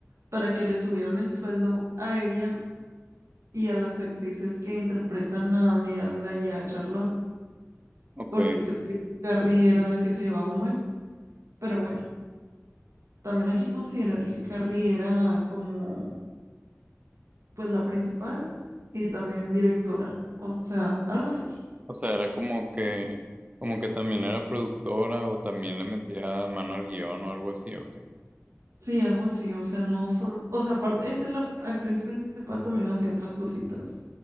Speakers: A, on the right; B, on the right.
A: para que le subieran el sueldo a ella y a las actrices que interpretan a Miranda y a Charlotte,
B: Ok.
A: porque creo que Carrie era la que se llevaba un buen, pero bueno, también hay que considerar que Carrie era como, pues, la principal y también directora, o sea, algo así.
B: O sea, era como que, como que también era productora o también le metía mano al guión o algo así, ok.
A: Sí, algo así, o sea, no solo, o sea, aparte de ser la actriz principal, también hacía otras cositas.